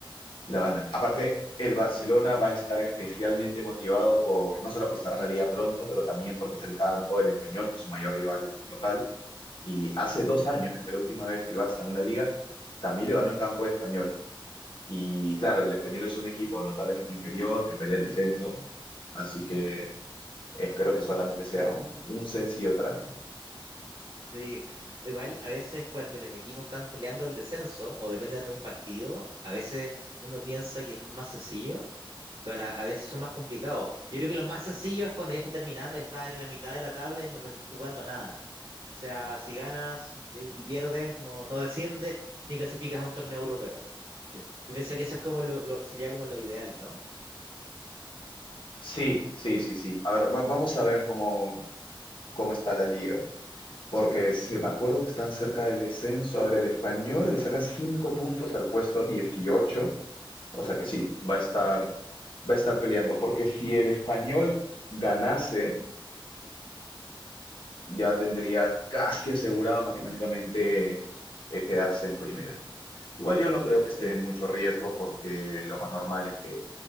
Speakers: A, on the left; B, on the right.
A: la gana. Aparte, el Barcelona va a estar especialmente motivado por, no solo por cerrar la liga pronto, pero también porque es el campo del Español, que es su mayor rival local. Y hace dos años, que fue la última vez que el Barça ganó la liga, también le ganó en campo de Español. Y claro, el español es un equipo notablemente inferior que pelea el descenso, así que espero que solamente sea un, un sencillo trámite.
B: sí. O Igual, a veces cuando los equipos están peleando el descenso o dependen de un partido, a veces uno piensa que son más sencillos, pero a, la- a veces son más complicados. Yo creo que los más sencillos es cuando ya está terminando, está en la mitad de la tabla y no está jugando nada. O sea, si ganas eh, y pierdes, no, no desciendes ni clasificas a un torneo europeo. Sí. Y pienso que eso es como lo, lo- sería como lo ideal, ¿no?
A: Sí, sí, sí, sí. A ver, va- vamos a ver cómo, cómo está la liga, porque si me acuerdo que están cerca del descenso. A ver, el español le saca 5 puntos al puesto 18, o sea que sí, va a estar, va a estar peleando, porque si el español ganase, ya tendría casi asegurado matemáticamente eh, quedarse en primera. Igual yo no creo que
B: Sí.
A: esté en mucho riesgo porque lo más normal es que